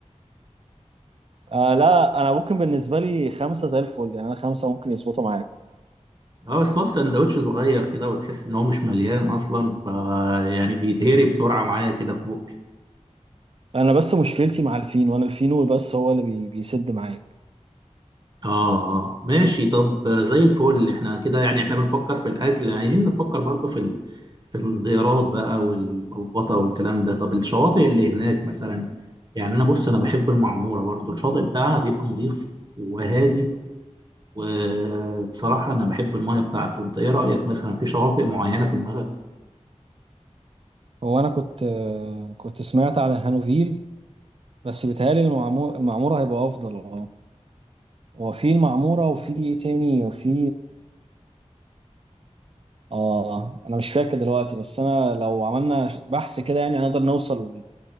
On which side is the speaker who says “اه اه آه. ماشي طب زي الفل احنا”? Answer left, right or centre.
Right